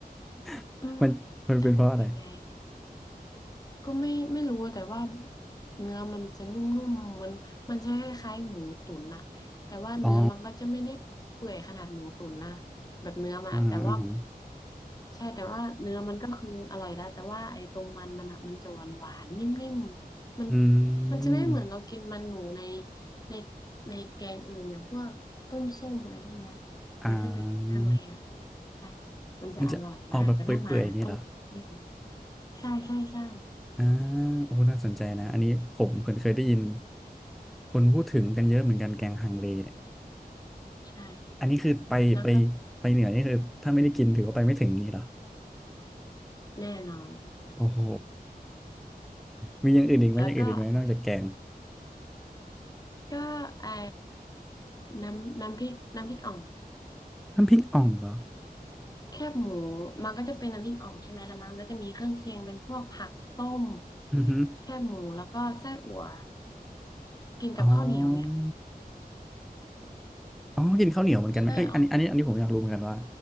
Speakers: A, in the centre; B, on the left.
A: <laughs>
B: อืม
A: มันมันเป็นเพราะอะไร
B: จะบอกยังไง ก็ไม่ไม่รู้แต่ว่าเนื้อมันจะนุ่มๆมันมันจะคล้ายๆหมูตุ๋นอะแต่ว่าเนื้อมันก็จะไม่ได้เปื่อยขนาดหมูตุ๋นนะ
A: อ๋อ
B: แบบเนื้อมันอะแต่ว่า
A: อ่าฮะอ่าฮะ
B: ใช่แต่ว่าเนื้อมันก็คืออร่อยแล้วแต่ว่าไอ้ตรงมันมันอะมันจะหวานหวานนิ่มๆมัน
A: อื
B: มันจะไม่เหมือนเรากินมันหมูใน
A: ม
B: ในในแกงอื่นอย่างพวกต้มส้มอะไรพวกเนี้ยแต่ถ้าในทางเลอะ
A: อ่า
B: ใช่มันจะอร่อยมากแต่ถ้ามาต้องนี่
A: มันจะออกแบบเปื่อยๆอย่างนี้เหรอ
B: ใช่ใช่ใช่
A: อ่าโอ้น่าสนใจนะอันนี้ผมเคยเคยได้ยินคนพูดถึงกันเยอะเหมือนกันแกงฮังเลเนี่ย
B: ใช่
A: อันนี้คือไปไป
B: แล้วก็
A: ไปเหนือนี่คือถ้าไม่ได้กินถือว่าไปไม่ถึงนี่เหรอ
B: แน่นอน
A: โอ้โห มีอย่างอื่นอีกไหมอย่างอื่นอีกไหมนอกจากแกง
B: แล้วก็ก็ไอ้น้ำน้ำพริกน้ำพริกอ่อง
A: น้ำพริกอ่องเหรอ
B: แคบหมูมันก็จะเป็นน้ำพริกอ่องใช่ไหมแล้วมันก็จะมีเครื่องเคียงเป็นพวกผักต้ม
A: อือฮึ
B: แคบหมูแล้วก็ไส้อั่วกินกับข้าวเหนียวเนี่ย
A: อ๋อ อ๋อกินข้าวเหนียวเหมือนกันไหมเอ้ยอันนี้อันนี้อันนี้ผมอยากรู้เหมือนกันว่า
B: ใช่อ๋อ